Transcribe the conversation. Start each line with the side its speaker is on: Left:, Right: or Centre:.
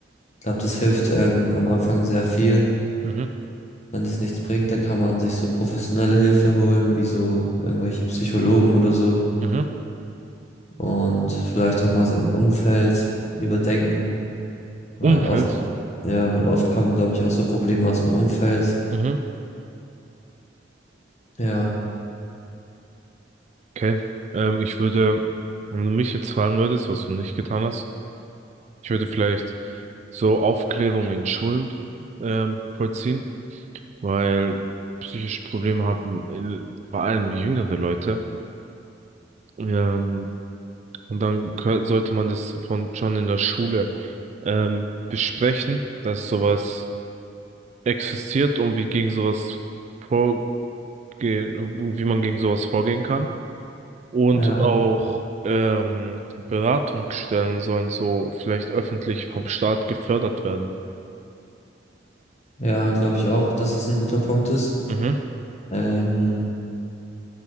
Left: ich glaube, das hilft ähm, am Anfang sehr viel.
Right: Mhm.
Left: Wenn das nichts bringt, dann kann man sich so professionelle Hilfe holen, wie so irgendwelche Psychologen oder so.
Right: Mhm.
Left: Und vielleicht auch mal sein Umfeld überdenken, weil
Right: Umfeld.
Left: oft, ja, weil oft kommen, glaube ich, auch so Probleme aus dem Umfeld.
Right: Mhm.
Left: Ja,
Right: Okay. Ähm, ich würde, wenn du mich jetzt fragen würdest, was du nicht getan hast, Ich würde vielleicht so Aufklärung in Schulen ähm, vollziehen, weil psychische Probleme haben äh, vor allem jüngere Leute. Ähm, und dann kö- sollte man das von schon in der Schule ähm, besprechen, dass sowas existiert und wie gegen sowas vorge wie man gegen sowas vorgehen kann. Und
Left: ja,
Right: auch ähm, Beratungsstellen sollen so vielleicht öffentlich vom Staat gefördert werden.
Left: ja, glaube ich auch, dass es ein guter Punkt ist.
Right: Mhm.
Left: Ähm,